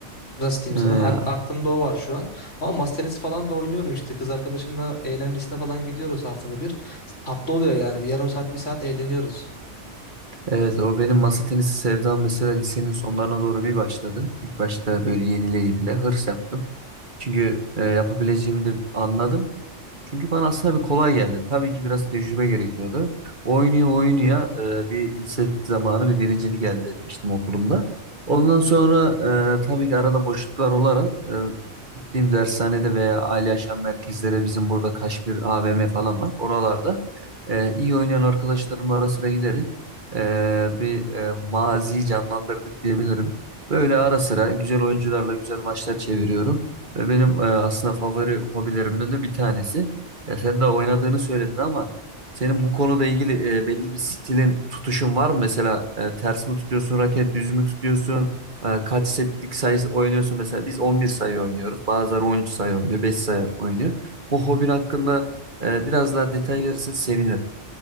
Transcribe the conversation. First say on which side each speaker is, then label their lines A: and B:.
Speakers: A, on the left (about 80°); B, on the right (about 40°).
A: nasıl diyeyim
B: E,
A: sana ak- aklımda o var şu an. Ama masa tenisi falan da oynuyorum işte. Kız arkadaşımla eğlencesine falan gidiyoruz haftada bir. Tatlı oluyor yani. Bir yarım saat bir saat eğleniyoruz.
B: evet o benim masa tenisi sevdam mesela lisenin sonlarına doğru bir başladı. İlk başta böyle yenile yenile hırs yaptım. Çünkü e, yapabileceğimi de anladım. Çünkü bana aslında bir kolay geldi. Tabii ki biraz tecrübe gerekiyordu. Oynuyor oynuyor e, bir lise zamanı bir birincilik elde etmiştim okulumda. Ondan sonra e, tabii ki arada boşluklar olarak e, gittiğim dershanede veya aile yaşam merkezleri bizim burada Kaşmir AVM falan var. Oralarda e, iyi oynayan arkadaşlarımla ara sıra giderek e, bir e, maziyi canlandırdık diyebilirim. Böyle ara sıra güzel oyuncularla güzel maçlar çeviriyorum. Ve benim e, aslında favori hobilerimden de bir tanesi. Ya sen de oynadığını söyledin ama senin bu konuda ilgili e, belli bir stilin, tutuşun var mı? Mesela e, ters mi tutuyorsun raket, düz mü tutuyorsun? E, kaç setlik sayı oynuyorsun? Mesela biz 11 sayı oynuyoruz. Bazıları 13 sayı oynuyor, 5 sayı oynuyor. Bu hobin hakkında e, biraz daha detay verirsen sevinirim.